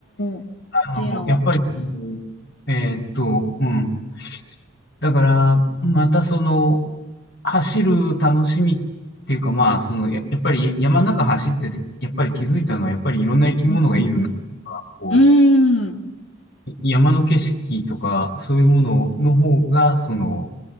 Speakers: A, on the left; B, on the left.
A: おー、
B: あの、
A: というのは。
B: やっぱりその、えーっと、うん。だから、またその、走る楽しみっていうか、まあ、その、や、やっぱりや山の中走ってて、やっぱり気づいたのは、やっぱりいろんな生き物がいるなとか、
A: うんうん。
B: こ
A: うーん。
B: う、山の景色とか、そういうものの方が、その、